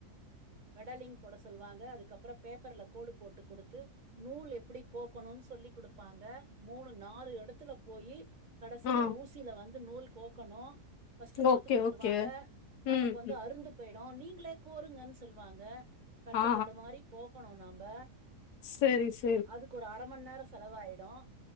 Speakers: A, on the right; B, on the left.
A: பெடலிங் போட சொல்லுவாங்க அதுக்கு அப்பறோ பேப்பர்ல கோடு போட்டு குடுத்து நூலு எப்டி கோக்கணுன்னு சொல்லி் குடுப்பாங்க மூணு நாலு இடத்துல போயி கடைசில
B: ஆ,
A: ஊசில வந்து நூல் கோக்கணும் பஸ்ட் கோத்து
B: ஓகே,
A: குடுத்துருவாங்க
B: ஓகே. ம்,
A: நமக்கு வந்து
B: ம்.
A: அறுந்து போய்டும் நீங்களே கோருங்கன்னு சொல்லுவாங்க தட்டு
B: ஆ,
A: தடு மாரி கோக்கணும் நாம்ப
B: செரி ஸ்
A: அதுக்கு ஒரு அரமண் நேரோ செலவாயிடும்